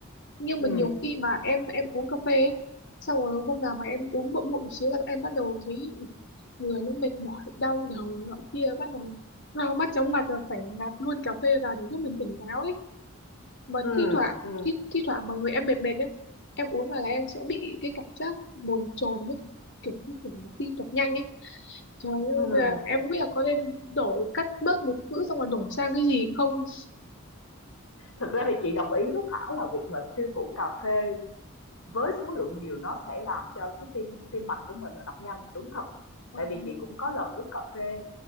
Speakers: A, on the left (about 55°); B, on the left (about 80°).
A: Nhưng
B: ừ
A: mà nhiều khi mà em em uống cà phê ấy, xong rồi hôm nào mà em uống muộn muộn một xíu là em bắt đầu thấy người nó mệt mỏi, đau đầu nọ kia bắt đầu đau mắt chóng mặt rồi phải nạp luôn cà phê vào để giúp mình tỉnh táo ấy. Mà
B: Ừ,
A: thi thoảng
B: ừ,
A: thi, thi thoảng mà người em mệt mệt ấy, em uống vào là em sẽ bị cái cảm giác bồn chồn với cả kiểu như kiểu tim đập nhanh ấy Trời ơi,
B: ừ.
A: bây giờ em không biết là có nên đổi cắt bớt một chữ xong rồi đổi sang cái gì không?
B: Thực ra thì chị đồng ý với Thảo là việc mà tiêu thụ cà phê với số lượng nhiều nó sẽ làm cho cái tim tim mạch của mình nó đập nhanh, đúng thật.
A: <laughs>
B: Tại vì chị cũng có lần uống cà phê